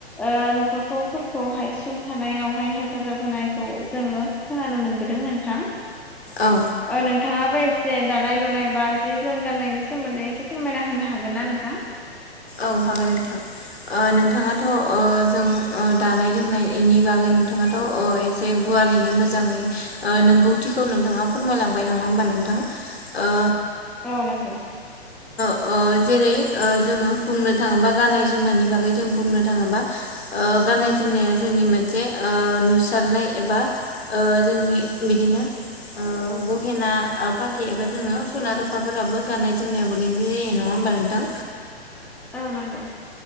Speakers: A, in the centre; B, on the left.
A: ओ न'खरखौ फोरखौहाय सुंथानायावहाय हेफाजाब होनायखौ जोङो खोनानो मोनबोदों नोंथां। ओ
B: औ
A: नोंथाङाबो ए से दानाय लुनाय बा जि जोम गान्नायनि सोमोन्दै एसे फोरमायना होनो हागोन ना नोंथां?
B: औ हागोन नोंथां। ओ नोंथाङाथ' अ जों अ दानाय लोंनायनि बागै नोंथाङाथ अ एसे गु वारैनो मोजाङै अ नोंगौथिखौ नोंथाङा फोरमायलांबाय नङा होमबा नोंथां? ओ
A: औ नंगौ।
B: अ जेरै ओ जोङो बुंनो थाङोबा गाननाय जोमनायनि बागै जों बुंनो थाङोबा ओ गाननाय जोमनाया जोंनि मोनसे ओ अ नुसारनाय एबा ओ जोंनि बिदिनो अ गहेना अ फाथै एबा जोङो स'ना रुफाफोराबो गाननाय जोमनायावबो गोलैनाय जायो नङा बा नोथां
A: औ नंगौ